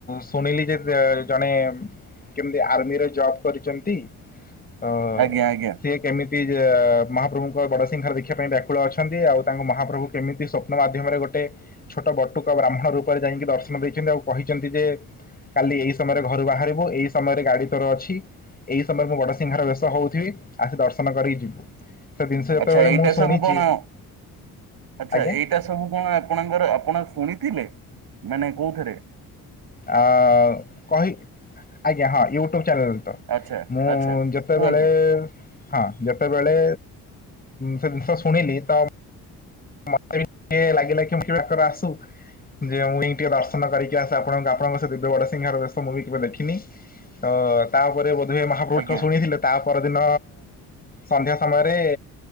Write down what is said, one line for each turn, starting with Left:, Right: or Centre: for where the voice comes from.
Left: ଶୁଣିଲି ଯେ ଜଣେ କେମତି ଆର୍ମିରେ ଜବ କରିଛନ୍ତି ତ
Right: ଆଜ୍ଞା ଆଜ୍ଞା
Left: ସିଏ କେମିତି। ସିଏ ମହାପ୍ରଭୁଙ୍କ ବଡ଼ସିଂଙ୍ଘାର ଦେଖିବା ପାଇଁ ବ୍ୟାକୁଳ ଅଛନ୍ତି ଆଉ ତାଙ୍କୁ ମହାପ୍ରଭୁ କେମିତି ସ୍ୱପ୍ନ ମାଧ୍ୟମରେ ଗୋଟେ ଗୋଟେ ଛୋଟ ବଟୁକା ବ୍ରାହ୍ମଣ ରୂପରେ ଯାଇଁକି ଦର୍ଶନ ଦେଇଛନ୍ତି ଆଉ କହିଛନ୍ତି ଯେ। କାଲି ଏଇ ସମୟରେ ଘରୁ ବାହାରିବୁ ଏଇ ସମୟରେ ଗାଡି ତୋର ଅଛି। ଏଇ ସମୟରେ ମୁଁ ବଡସିଂଘାର ବେଶ ହଉଥିବି ଆସି ଦର୍ଶନ କରିକି ଯିବୁ। ସେ ଜିନିଷ ଯେତେବେଳେ
Right: ଆଛା ଏଇଟା
Left: ମୁଁ ଶୁଣିଛି
Right: ସବୁ କଣ ଆଛା
Left: ଆଜ୍ଞା
Right: ଏଇଟା। ସବୁ କଣ ଆପଣଙ୍କର ଆପଣ ଶୁଣିଥିଲେ ମାନେ କୋଉଥେରେ ‌
Left: ଆ କହି। ଆଜ୍ଞା ହଁ ୟୁଟ୍ୟୁବ ଚ୍ୟାନେଲ ରେ ତ,
Right: ଆଚ୍ଛା
Left: ମୁଁ
Right: ଆଚ୍ଛା
Left: ଯେତେବେଳେ।
Right: କୁହନ୍ତୁ
Left: ହଁ ଯେତେବେଳେ ସେ ଜିନିଷ ଶୁଣିଲି ତ। ମତେ ଟିକେ ଲାଗିଲା କି ମୁଁ କେବେ ଡାକରା ଆସୁ ଯେ ମୁଁଇଁ ଟିକେ ଦର୍ଶନ କରିକି ଆସେ ଆପଣ ଆପଣଙ୍କ ସେ ଦିବ୍ୟ ବଡ଼ସିିଂଘାର ବେଶ ମୁ ବି କେବେ ଦେଖିନି। ତ ତାପରେ ବୋଧେ ମହାପ୍ରଭୁ
Right: ଆଜ୍ଞା।
Left: ଡାକ ଶୁଣିଥିଲେ। ତା ପରଦିନ ସନ୍ଧ୍ୟା ସମୟରେ